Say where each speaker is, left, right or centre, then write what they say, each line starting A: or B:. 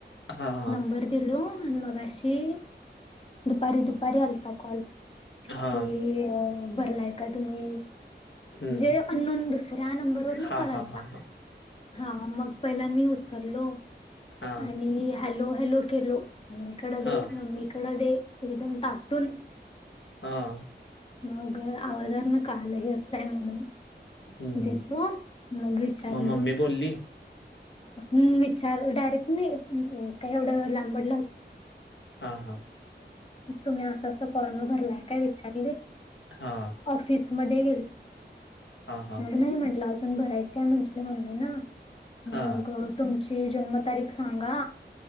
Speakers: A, on the left (about 85°); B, on the left (about 30°).
A: हा हा
B: नंबर दिलो आणि मग अशी दुपारी दुपारी आलता कॉल
A: हा
B: कि भरलाय का तुम्ही
A: हम्म
B: म्हणजे अन्नन दुसऱ्या नंबरवर न
A: हा
B: कॉल आलात
A: हा हा हा
B: हा मग पहिला मी उचललो
A: हा
B: आणि हॅलो हॅलो केलो मम्मीकड दे
A: हा
B: मम्मीकडे दे एकदम ताटून
A: हम
B: मग आवाजार ना कालहीच आहे म्हणून
A: हम्म
B: दिल्वा मघी चारली
A: मग मम्मी बोलली
B: हम् विचार डायरेक्ट मी का एवढं ला म
A: हा हा
B: तु फॉर्म भरलाय का विचारले
A: हा
B: ऑफिस म गे
A: हा हा
B: मग नाही म्हंटलं अजून भरायच आहे म्हटले मममी ना
A: हा
B: मग तुमची जन्मतारीख सांगा